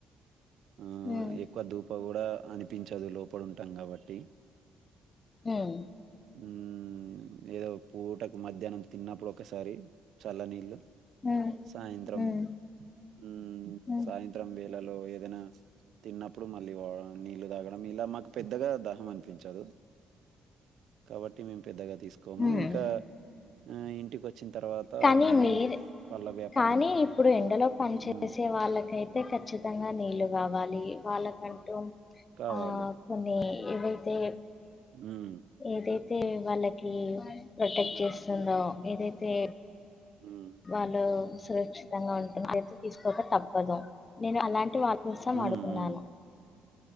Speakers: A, on the right (about 70°); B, on the left (about 30°).
A: ఆ
B: ఉమ్,
A: ఎక్కువ ధూప గూడా అనిపించదు లోపల ఉంటా గాబట్టి
B: ఉమ్
A: ఉమ్ ఏదో పూటకు మధ్యాహ్నం తిన్నప్పుడు ఒకసారి చల్ల నీళ్ళు
B: ఉమ్,
A: సాయంత్రం
B: ఉమ్,
A: ఉమ్
B: ఉమ్,
A: సాయంత్రం వేళల్లో ఏదైనా తిన్నప్పుడు మళ్ళీ వా నీళ్లు తాగడం ఇలా మాకు పెద్దగా దాహం అనిపించదు కాబట్టి మేము పెద్దగా తీస్ కోము
B: ఉమ్.
A: ఇంకా ఆ ఇంటికి వచ్చిన తర్వాత
B: కానీ
A: మేము
B: మీరు
A: పళ్ళ వ్యాపారం
B: కానీ ఇప్పుడు ఎండలో పని చేేసే
A: మ్మ్
B: వాళ్ళకైతే ఖ చ్చితంగా నీళ్లు గావాలి వాళ్ళకంటూ
A: కావాలి
B: ఆ కొన్ని ఏవైతే
A: ఉమ్
B: ఏదైతే వాళ్ళకి ప్రొటెక్ట్ చేస్తుందో ఏదైతే
A: ఉమ్
B: వాళ్ళు సురక్షితంగా ఉంటు అలుసు తీసుకోక తప్పదు నేను అలాంటి వాళ్ళ నిజం
A: మ్మ్
B: అడుగునాన్న
A: మ్మ్